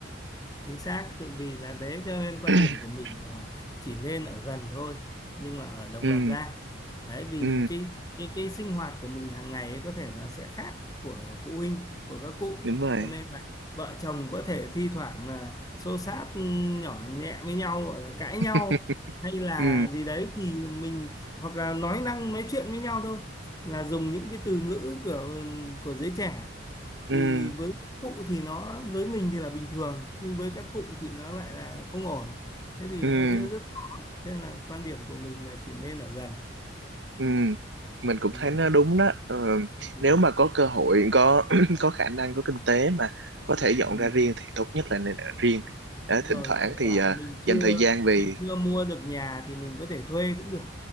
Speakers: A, on the left; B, on the right.
A: chính xác tự vì là thế cho nên quan
B: <clears throat>
A: điểm của mình là chỉ nên ở gần thôi nhưng mà ở độc
B: ừ
A: lập ra đấy vì
B: ừ
A: cái cái cái sinh hoạt của mình hàng ngày ấy có thể nó sẽ khác của phụ huynh của các cụ
B: đúng rồi
A: cho nên là vợ chồng có thể thi thoảng là xô xát ừm, nhỏ nhẹ với nhau hoặc là cãi nhau
B: <laughs>
A: hay là
B: ừ
A: gì đấy thì mình hoặc là nói năng nói chuyện với nhau thôi là dùng những cái từ ngữ của của giới trẻ
B: ừ
A: thì với các cụ thì nó với mình thì là bình thường nhưng với các cụ thì nó lại là không ổn thế thì
B: ừ
A: nó sẽ rất khó nên là quan điểm của mình là chỉ nên ở gần
B: Ừ, mình cũng
A: ừ.
B: thấy nó đúng đó ờ,
A: Ừ.
B: nếu mà có cơ hội có <clears throat> có khả năng có kinh tế mà có thể dọn
A: Ừ.
B: ra riêng thì tốt nhất là nên ở riêng Đó,
A: Đúng
B: thỉnh
A: rồi
B: thoảng
A: kể
B: thì
A: cả
B: à,
A: mình
B: dành
A: chưa
B: thời gian về
A: mình chưa mua được nhà thì mình có thể thuê cũng được